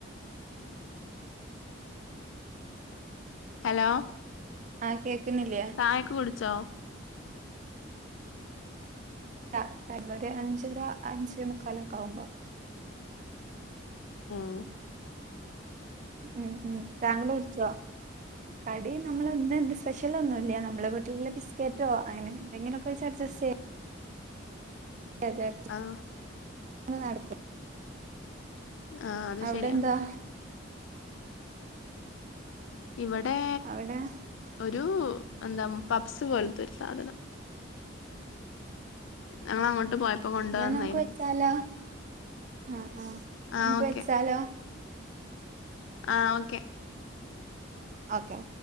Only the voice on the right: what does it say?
ആഹ് കേക്കുന്നില്ലേ
<unintelligible> ടൈമൊരു അഞ്ചര അഞ്ചേ മുക്കാലൊക്കാവുമ്പോ
ഉം ഉം താങ്കള് വിളിച്ചോ? കടി നമ്മളന്നെന്ത് സ്പെഷ്യലൊന്നുല്ല്യ നമ്മളെ വീട്ടിലെ ബിസ്ക്കേറ്റോ അങ്ങനെ എന്തെങ്കിലൊക്കെ വെച്ച് അഡ്ജസ്റ്റെയ് <unintelligible>
ന്ന് ന്നട്ക്കും
അവിടെ
എന്താ
അവടെ
എന്നാ ന്നമുക്ക് വെച്ചാലോ? ആഹ് ആഹ്
ന്നമുക്ക്
വെച്ചാലോ?
ഓക്കെ